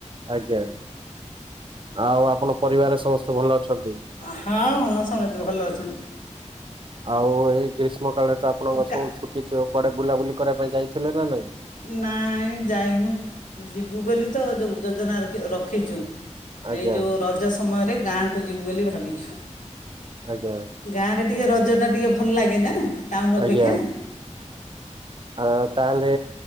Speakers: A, on the right (about 45°); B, on the left (about 90°).
A: ଆଜ୍ଞା ଆଉ ଆପଣ ପରିବାର ସମସ୍ତେ ଭଲ ଅଛନ୍ତି।
B: ହଁ ହଁ ହଁ ସମସ୍ତେ <inaudible>
A: ଆଉ ଏଇ ଷ୍ମ କାଳରେ ତ ଆପଣଙ୍କ
B: କା
A: ସବୁ ଛୁଟି ଥିବ କୁଆଡେ ବୁଲାବୁଲି କରିବା ପାଇଁ ଯାଇଥିଲେ ନା ନାଇଁ
B: ନାଇଁ ଯାଇନୁ ଯିବୁ ବୋଲି ତ ଯୋଉ ଯୋଜନା ରଖିଛୁ।
A: ଆଜ୍ଞା
B: ଏଇ ଯଉ ରଜ ସମୟ ଗୋଟେ ଗାଁକୁ ଯିବୁ ବୋଲି ଭାବିଛୁ।
A: ଆଜ୍ଞା
B: ଗାଁରେ ଟିକେ ରଜ ଟା ଟିକେ ଭଲ ଲାଗେ ନା। ଟାଉନ ଅବେକ୍ଷା
A: ଆଜ୍ଞା। ଆ ତାହେଲେ